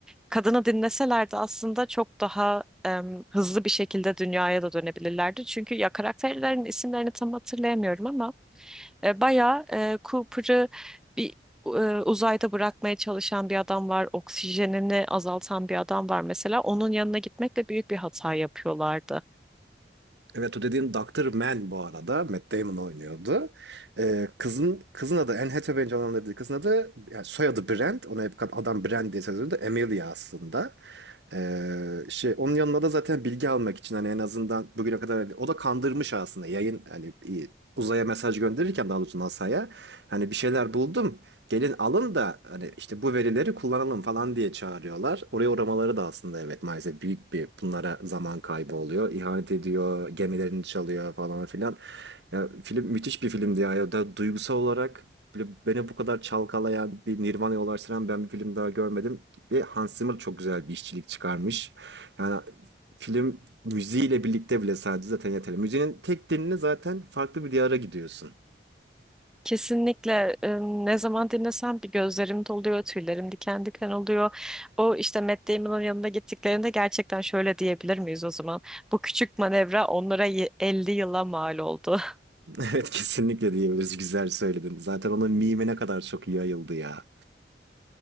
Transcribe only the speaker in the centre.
kadını dinleselerdi aslında çok daha em, hızlı bir şekilde dünyaya da dönebilirlerdi. Çünkü ya karakterlerin isimlerini tam hatırlayamıyorum ama e, bayağı e, Cooper'ı bir e, uzayda bırakmaya çalışan bir adam var. Oksijenini azaltan bir adam var mesela. Onun yanına gitmekle büyük bir hata yapıyorlardı.
Kesinlikle e, ne zaman dinlesem bir gözlerim doluyor, tüylerim diken diken oluyor. O işte Matt Damon'ın yanına gittiklerinde gerçekten şöyle diyebilir miyiz o zaman? Bu küçük manevra onlara y- 50 yıla mal oldu.